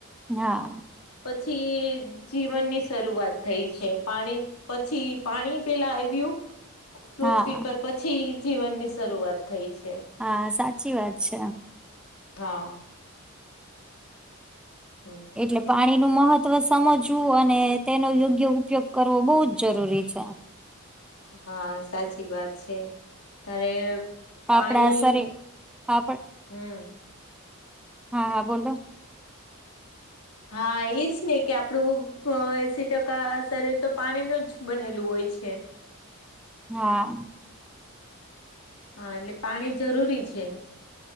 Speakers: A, in the centre; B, on the left.
A: હા
B: પછી.. જીવનની શરૂઆત થઈ છે. પાણી પછી પાણી પેલા આયવ્યું. પૃથ્વી
A: હા
B: પર પછી જીવનની શરૂઆત થઈ છે.
A: હા સાચી વાત છે.
B: હા હ
A: એટલે પાણીનું મહત્વ સમજવું અને તેનો યોગ્ય ઉપયોગ કરવો બહુ જ જરૂરી છે.
B: હા સાચી વાત છે. તારે.. પાણી
A: આપડા શરીર આપડ
B: હમ્મ
A: હા હા બોલો
B: હા એ જ ને કે, આપણું પ એસી ટકા શરીર તો પાણીનું જ બનેલું હોય છે.
A: હા
B: હા એટલે પાણી જરૂરી છે.